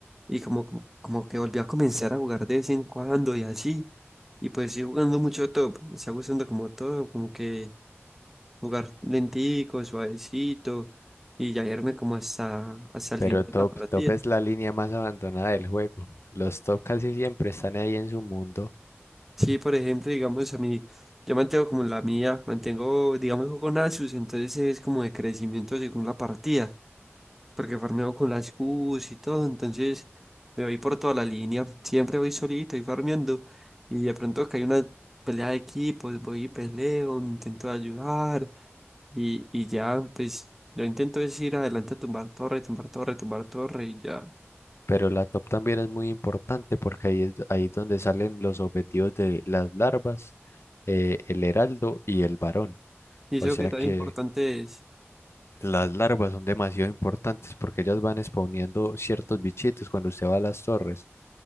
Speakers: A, in the centre; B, on the left.
A: y como, como, como que volví a comenzar a jugar de vez en cuando y así. Y pues sí jugando mucho top, me está gustando como todo, como que jugar lentico, suavecito y ya irme como hasta, hasta el
B: Pero
A: final
B: top,
A: de la partida.
B: top es la línea más abandonada del juego. Los top casi siempre están ahí en su mundo,
A: Sí, por ejemplo, digamos a mí, yo mantengo como la mía, mantengo, digamos, juego Nasus, entonces es como de crecimiento según la partida. porque farmeo con las Qs y todo, entonces me voy por toda la línea, siempre voy solito y farmeando, y de pronto que hay una pelea de equipos, voy y peleo, intento ayudar, y, y ya, pues, yo intento es ir adelante a tumbar torre, tumbar torre, tumbar torre, y ya,
B: pero la top también es muy importante porque ahí es, ahí es donde salen los objetivos de las larvas, eh, el heraldo y el varón.
A: y eso
B: O sea
A: que tan
B: que
A: importante es,
B: las larvas son demasiado importantes porque ellas van spawneando ciertos bichitos cuando usted va a las torres